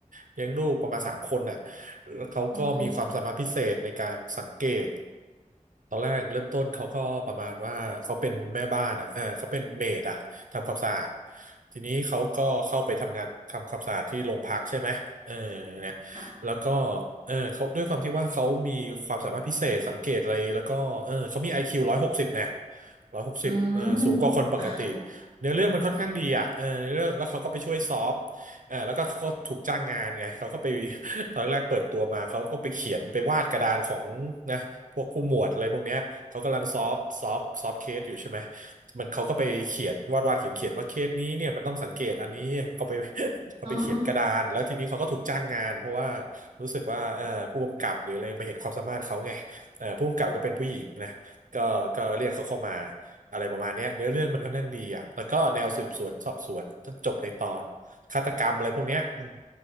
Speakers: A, on the right; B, on the right.
A: เลี้ยงลูกประมาณสามคนน่ะ เขาก็มีความสามารถพิเศษในการสังเกต
B: อืม
A: ตอนแรกเริ่มต้นเขาก็ประมาณว่าเขาเป็นแม่บ้านอ่ะเออเขาเป็นเมดอะทำความสะอาดทีนี้เขาก็เข้าไปทำงานทำความสะอาดที่โรงพักใช่ไหมเออเนี่ยแล้วก็
B: ค่ะ
A: เออเขาด้วยความที่ว่าเขามีความสามารถพิเศษสังเกตอะไรแล้วก็เออเขามี IQ ร้อยหกสิบนะร้อยหกสิบเออสูงกว่าคนปกติ
B: อืมค่ะหก
A: เนื้อเรื่องมันค่อนข้างดีอ่ะเออเนื้อเรื่องแล้วเขาก็ไปช่วยซอฟ
B: อม
A: เออแล้วก็เขาถูกจ้างงานไงเขาก็ไป <laughs> ตอนแรกเปิดตัวมาเขาก็ไปเขียนไปวาดกระดานของนะพวกผู้หมวดอะไรพวกเนี้ยเขากำลังซอฟซอฟซอฟเคสอยู่ใช่ไหมมันเขาก็ไปเขียนวาดวาดเขียนเขียนว่าเคสนี้เนี่ยมันต้องสังเกตอันนี้เขาไป <laughs> เขาไปเขียนกระดานแล้วทีนี้เขาก็ถูกจ้างงานเพราะว่า
B: อ๋อ
A: รู้สึกว่าเอ่อผู้กำกับหรืออะไรมาเห็นความสามารถเขาไงเอ่อผู้กำกับก็เป็นผู้หญิงนะก็ก็เรียกเขาเข้ามาอะไรประมาณเนี้ยเนื้อเรื่องมันค่อนข้างดีอ่ะแล้วก็แนวสืบสวนสอบสวนจบในตอน ฆาตกรรมอะไรพวกเนี้ยอืม